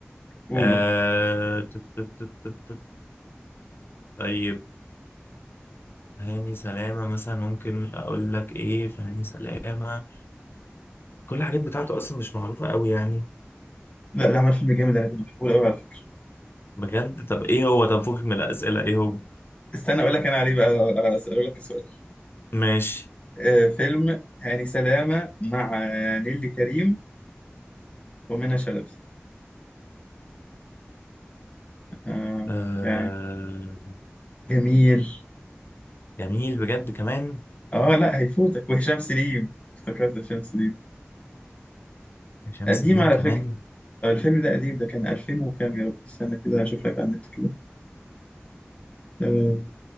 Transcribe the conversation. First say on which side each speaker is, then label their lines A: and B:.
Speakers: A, on the left; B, on the left.
A: قول
B: آه... تت- تت- تت- تت- تت. طيب هاني سلامه مثلا ممكن اقول لك ايه في هاني سلامه كل الحاجات بتاعته اصلا مش معروفه قوي يعني
A: لا ده عمل فيلم جامد انا كنت بحبه قوي على فكرة
B: بجد طب ايه هو طب فوقك من الاسئله ايه هو
A: استنى اقول لك انا عليه بقى اسأله لك سؤال
B: ماشي
A: آه فيلم هاني سلامة مع نيلي كريم ومنى شلبي آه
B: آه...
A: يعني جميل
B: جميل بجد كمان
A: اه لا هيفوتك وهشام سليم افتكرت هشام سليم
B: هشام
A: قديم
B: سليم
A: على
B: كمان
A: فكرة آه، الفيلم ده قديم ده كان 2000 وكام يا رب استنى كده هشوف لك على النت كده آه